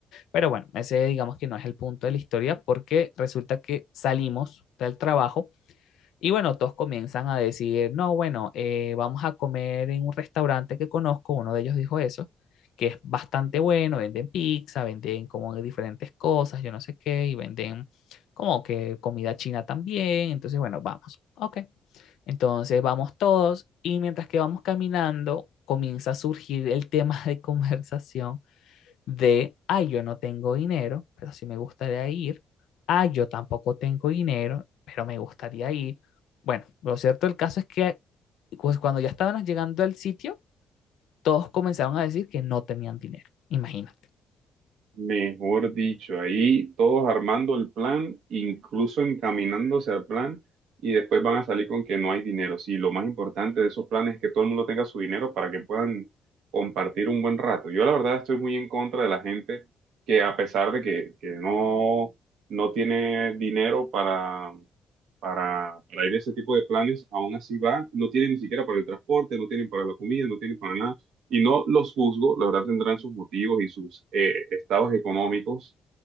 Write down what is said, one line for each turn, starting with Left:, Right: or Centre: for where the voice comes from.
Left: Pero bueno, ese digamos que no es el punto de la historia porque resulta que salimos del trabajo y bueno, todos comienzan a decir, no, bueno, eh, vamos a comer en un restaurante que conozco, uno de ellos dijo eso, que es bastante bueno, venden pizza, venden como de diferentes cosas, yo no sé qué, y venden como que comida china también, entonces bueno, vamos, ok. Entonces vamos todos y mientras que vamos caminando, comienza a surgir el tema de <laughs> conversación de, ay, yo no tengo dinero, pero sí me gustaría ir, ay, yo tampoco tengo dinero, pero me gustaría ir. Bueno, lo cierto del caso es que pues, cuando ya estábamos llegando al sitio, todos comenzaron a decir que no tenían dinero, imagínate.
Right: Mejor dicho, ahí todos armando el plan, incluso encaminándose al plan, y después van a salir con que no hay dinero. Sí, lo más importante de esos planes es que todo el mundo tenga su dinero para que puedan compartir un buen rato. Yo la verdad estoy muy en contra de la gente que a pesar de que, que no, no tiene dinero para, para, para ir a ese tipo de planes, aún así va, no tiene ni siquiera para el transporte, no tienen para la comida, no tienen para nada y no los juzgo, la verdad tendrán sus motivos y sus eh, estados económicos,